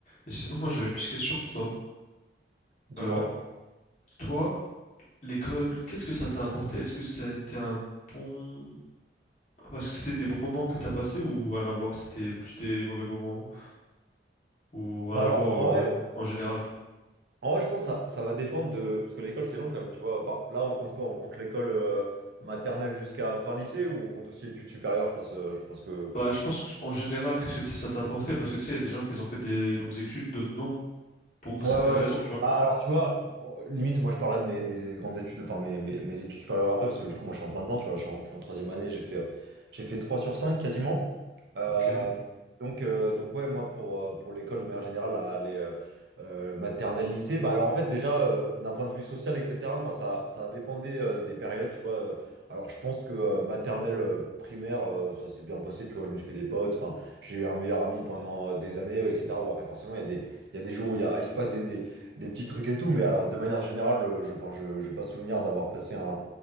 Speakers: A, on the left; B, on the right.
A: Et sinon, moi, j'avais une petite question pour toi.
B: Dis-moi.
A: Euh, toi, l'école, qu'est-ce que ça t'a apporté? Est-ce que ça a été un bon... Parce que c'était des bons moments que t'as passés ou rien à voir? C'était plus des mauvais moments ou rien
B: Bah
A: à
B: alors,
A: voir
B: en
A: euh,
B: vrai,
A: même en général?
B: en vrai, je pense que ça, ça va dépendre de... Parce que l'école, c'est long quand même, tu vois. Enfin, là, on compte quoi? On compte l'école euh, maternelle jusqu'à fin lycée ou on compte aussi études supérieures, je pense, euh, je pense que...
A: Bah, je pense que, en général, qu'est-ce que t- ça t'a apporté? Parce que tu sais, il y a des gens qui ont fait des longues études, d'autres non, pour
B: Ouais,
A: certaines
B: ouais,
A: raisons,
B: ouais.
A: tu vois.
B: Ah, alors, tu vois, bon, limite, moi, je parlerai de mes, mes grandes études, enfin, mes, mes, mes études supérieures après, parce que du coup, moi, je suis en plein dedans, tu vois, là, je suis en, je suis en troisième année, j'ai fait, euh, j'ai fait 3 sur 5 quasiment. Euh,
A: Ok,
B: donc, euh, donc, ouais, moi, pour, euh, pour l'école, de manière générale, la- les euh, euh, maternelles, lycée, bah, alors, en fait, déjà, euh, d'un point de vue social, etc., moi, ça, ça dépendait euh, des périodes, tu vois. euh, alors, je pense que euh, maternelle, euh, primaire, euh, ça s'est bien passé, tu vois, je me suis fait des potes, enfin, j'ai eu un meilleur ami pendant euh, des années, ouais, etc. Bon, après, forcément, il y a des il y a des jours où il, y a, il se passe des, des, des petits trucs et tout, mais alors de manière générale, je, je, enfin, je, j'ai pas souvenir d'avoir passé un,